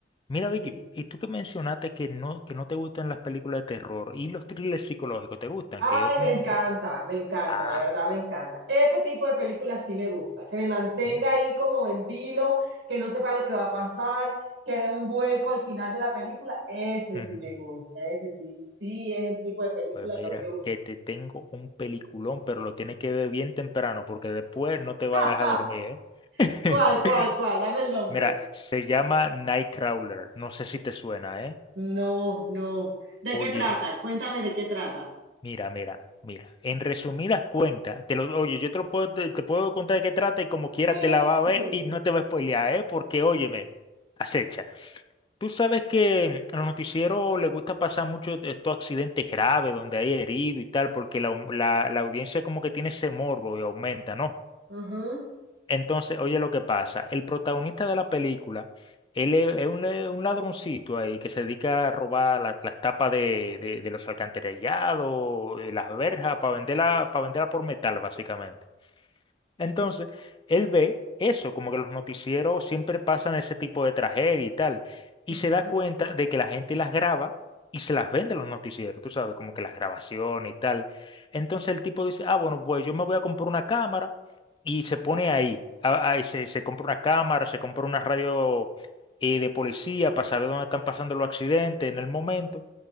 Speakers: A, on the left (about 25°); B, on the right (about 85°).
A: Mira, Vicky,
B: sí.
A: y tú que mencionaste que no, que no te gustan las películas de terror y los thrillers psicológicos, ¿te gustan?
B: Ay,
A: Que es como...
B: me encanta, me encanta,
A: Ah,
B: la verdad me encanta. Ese tipo de películas sí me gusta, que me mantenga
A: mi-
B: ahí como en vilo, que no sepa lo que va a pasar, que dé un vuelco al final de la película. Ese
A: ujú.
B: sí me gusta, ese sí, sí es el tipo de película
A: Pues mira,
B: que a mí me gusta.
A: que te tengo un peliculón, pero lo tienes que ver bien temprano porque después no te va
B: <laughs>
A: a dejar dormir, ¿eh?
B: ¿Cuál,
A: <laughs>
B: cuál, cuál? Dame el nombre.
A: Mira, se llama Nightcrawler, no sé si te suena, ¿eh?
B: No, no. ¿De
A: Oye,
B: qué trata? Cuéntame de qué trata.
A: mira, mira, mira. En resumidas cuentas, te lo, oye, yo te lo puedo, te, te puedo contar de qué trata y como quiera
B: Sí,
A: te la va a ver
B: sí.
A: y no te va a spoilear, ¿eh? Porque óyeme, acecha. Tú sabes que a los noticieros les gusta pasar mucho de estos accidentes graves donde hay herido y tal, porque la, au- la- la audiencia como que tiene ese morbo y aumenta, ¿no?
B: Ujú,
A: Entonces, oye lo que pasa. El protagonista de la película, él es, es un, le- un ladroncito ahí que se dedica a robar la- las tapas de, de- de los alcantarillados, de las verjas, para venderla, para venderla por metal, básicamente. Entonces, él ve eso, como que los noticieros siempre pasan ese tipo de tragedia y tal, y
B: ujú,
A: se da cuenta de que la gente las graba y se las vende a los noticieros, tú sabes, como que las grabaciones y tal. Entonces el tipo dice, ah, bueno, pues yo me voy a comprar una cámara y se pone ahí, a- ahí se, se compra una cámara, se compra una radio eh, de policía para saber dónde están pasando los accidentes en el momento